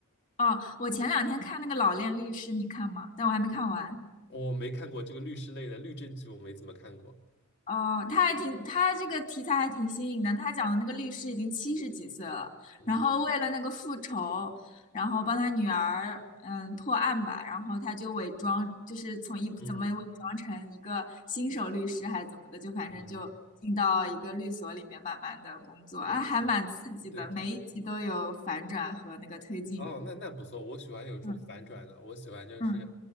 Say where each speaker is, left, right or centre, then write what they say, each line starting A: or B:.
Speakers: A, on the left; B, on the left.
A: 哦，我前两天看那个《老练律师》，你看吗？但我还没看完。
B: 我没看过这个律师类的律政剧，我没怎么看过。
A: 哦，他还挺，他这个题材还挺新颖的。他讲的那个律师已经七十几岁了，
B: 嗯
A: 然后为了那个复仇，然后帮他女儿嗯破案吧，然后他就伪装，就是从一怎么伪装成一个新手律师还是怎么的，
B: 嗯嗯
A: 就反正就进到一个律所里面慢慢的工作，
B: 嗯嗯，
A: 哎，还蛮刺激的，
B: 哦，对对，
A: 每一集都有反转和那个推进。
B: 哦，那那不错，我喜欢有这种反转的，
A: 嗯
B: 我喜欢就是，
A: 嗯，